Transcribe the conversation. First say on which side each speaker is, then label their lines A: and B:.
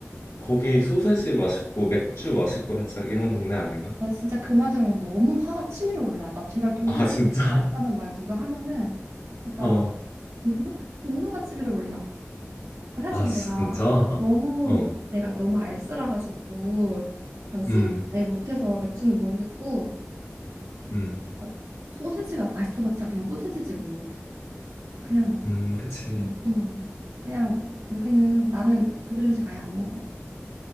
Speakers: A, on the left; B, on the right.
A: 거기 소세지 맛있고 맥주 맛있고 살짝 이런 동네 아닌가?
B: 나 진짜 그 말 들으면 너무 화가 치밀어 올라. 나 제발 독일을
A: 아, 진짜?
B: 있다는
A: <laughs>
B: 말 누가 하면은 진짜
A: 어.
B: <laughs> 분노가 치밀어 올라. 아, 사실
A: 아, 진짜?
B: 내가 너무
A: 어.
B: 내가 너무 알쓰라가지고 난 술을
A: 음,
B: 아예 못해서 맥주는 모르겠고
A: 음,
B: 아, 소세지가 맛있어봤자 그냥 소세지지 뭐. 그냥
A: 음, 그치.
B: 응, 응. 그냥 여기는 나는 독일 음식 아예 안 먹어.